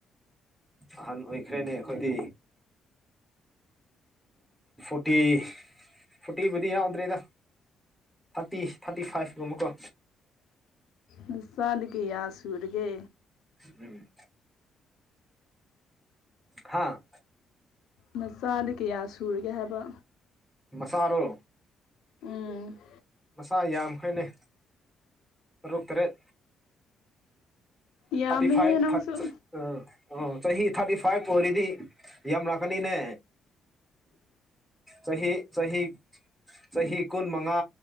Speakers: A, in the centre; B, on the left.
A: ꯑꯍꯟ ꯑꯣꯏꯈ꯭ꯔꯦꯅꯦ ꯑꯩꯈꯣꯏꯗꯤ ꯐꯣꯔꯇꯤ ꯐꯣꯔꯇꯤꯕꯨꯗꯤ ꯌꯥꯎꯗꯔꯦꯗ ꯊꯥꯔꯇꯤ ꯊꯥꯔꯇꯤ ꯐꯥꯏꯕꯀꯨꯝꯕꯀꯣ
B: ꯅꯆꯥꯗꯤ ꯀꯌꯥ ꯁꯨꯔꯒꯦ
A: ꯎꯝ ꯍꯥꯥ
B: ꯅꯆꯥꯗꯤ ꯀꯌꯥ ꯁꯨꯔꯒꯦ ꯍꯥꯏꯕ
A: ꯃꯆꯥꯔꯣ
B: ꯎꯝ
A: ꯃꯆꯥ ꯌꯥꯝꯈꯔꯦꯅꯦ ꯇꯔꯨꯛ ꯇꯔꯦꯠ
B: ꯌꯥꯝꯃꯦꯍꯦ
A: ꯊꯥꯔꯇꯤ ꯐꯥꯏꯚ
B: ꯅꯪꯁꯨ
A: ꯊꯥꯔ ꯑ ꯑ ꯆꯍꯤ ꯊꯥꯔꯇꯤ ꯐꯥꯏꯚ ꯑꯣꯏꯔꯤꯗꯤ ꯌꯥꯝ ꯂꯛꯀꯅꯤꯅꯦ ꯆꯍꯤ ꯆꯍꯤ ꯆꯍꯤ ꯀꯨꯟ ꯃꯉꯥ